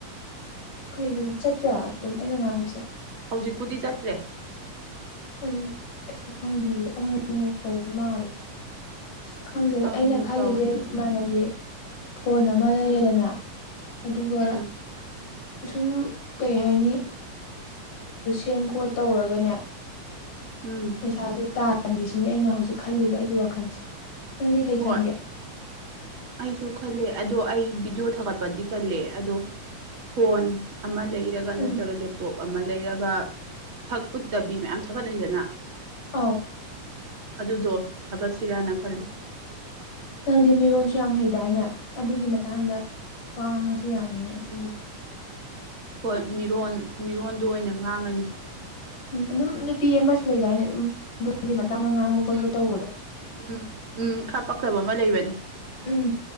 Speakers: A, on the left; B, on the right.
A: ꯀꯩꯒꯤꯅꯣ ꯆꯠꯄ꯭ꯔꯥ ꯑꯗꯨꯝ ꯑꯩꯅ ꯉꯥꯡꯕꯁꯦ
B: ꯍꯧꯖꯤꯛꯄꯨꯗꯤ ꯆꯠꯇ꯭ꯔꯦ
A: ꯑꯣ ꯑꯩꯁꯨ ꯈꯪꯗꯦꯌꯦ ꯑ ꯇꯧꯕ ꯃꯥꯜꯂꯦ ꯈꯪꯗꯦꯗ
B: ꯑꯃꯨꯛꯃꯨꯛ
A: ꯑꯩꯅ ꯈꯜꯂꯤꯁꯦ
B: ꯇꯧꯋꯦ
A: ꯏꯃꯥꯟꯅꯕꯤ ꯐꯣꯟ ꯑꯃ ꯂꯩꯌꯦꯗꯅ
B: ꯎꯝ
A: ꯑꯗꯨꯒ
B: ꯎꯝ
A: ꯁꯨꯝ ꯀꯩ ꯍꯥꯏꯅꯤ ꯁꯦꯝ ꯈꯣꯠ ꯇꯧꯔꯒꯅꯦ
B: ꯎꯝ
A: ꯄꯩꯁꯥꯁꯦ ꯇꯥꯡꯒꯦꯁꯤꯅꯤ ꯑꯩꯅ ꯍꯧꯖꯤꯛ ꯈꯜꯂꯤꯕ ꯑꯩꯒꯤ ꯋꯥꯈꯜꯁꯦ ꯅꯪꯗꯤ ꯀꯩ
B: ꯍꯣꯏ
A: ꯈꯟꯒꯦ
B: ꯑꯩꯁꯨ ꯈꯂꯦ ꯑꯗꯣ ꯑꯩ ꯚꯗꯤꯑꯣ ꯊꯥꯒꯠꯄꯗꯤ ꯇꯜꯂꯦ ꯑꯗꯣ ꯐꯣꯟ ꯑꯃ ꯂꯩꯔꯒ
A: ꯎꯝ
B: ꯅꯠꯇ꯭ꯔꯒ ꯂꯦꯞꯇꯣꯞ ꯑꯃ ꯂꯩꯔꯒ ꯁꯛ ꯎꯠꯇꯕꯤ ꯃꯌꯥꯝ ꯊꯒꯠꯅꯩꯗꯅ
A: ꯑ
B: ꯑꯗꯨꯗꯣ ꯊꯥꯒꯠꯁꯤꯔꯥꯅ ꯈꯜꯂꯤ
A: ꯅꯪꯗꯤ ꯃꯤꯔꯣꯟꯁꯨ ꯌꯥꯝ ꯍꯩꯗꯥꯏꯅꯦ ꯑꯗꯨꯒꯤ ꯃꯇꯥꯡꯗ ꯋꯥ ꯉꯥꯡꯉꯁꯨ ꯀ꯭ꯔꯤꯌꯥꯅꯤꯁ
B: ꯎꯝ ꯍꯣꯏ ꯃꯤꯔꯣꯟ ꯃꯤꯔꯣꯟꯜꯗꯨ ꯑꯣꯏꯅ ꯉꯥꯡꯉꯅꯤ
A: ꯎꯝ ꯑꯗꯨꯝ ꯅꯨꯄꯤ ꯑꯃꯁꯨ ꯂꯩꯗꯥꯏꯅ ꯑꯗꯨꯝ ꯑꯗꯨꯒꯤ ꯃꯇꯥꯡꯗ ꯉꯥꯡꯕ ꯈꯣꯠꯄ
B: ꯎꯝ
A: ꯇꯧꯕꯗꯣ
B: ꯎꯝ ꯎꯝ ꯈꯥ ꯄꯛꯊꯕ ꯑꯃ ꯂꯩꯕꯅꯤ
A: ꯎꯝ